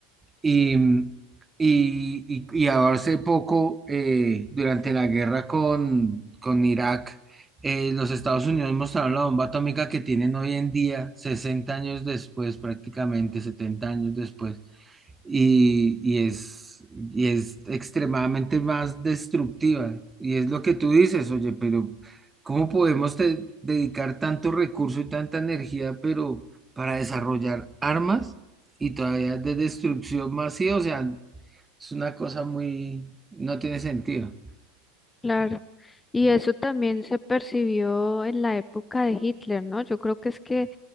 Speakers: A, on the right; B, on the left.
A: y, mm, y, y, y ahora hace poco, eh, durante la guerra con, con Irak, eh, los Estados Unidos mostraron la bomba atómica que tienen hoy en día, 60 años después, prácticamente 70 años después y, y es, y es extremadamente más destructiva. Y es lo que tú dices, oye, pero ¿cómo podemos te- dedicar tanto recurso y tanta energía, pero para desarrollar armas y todavía de destrucción masiva? O sea, es una cosa muy, no tiene sentido.
B: Claro, y eso también se percibió en la época de Hitler, ¿no? Yo creo que es que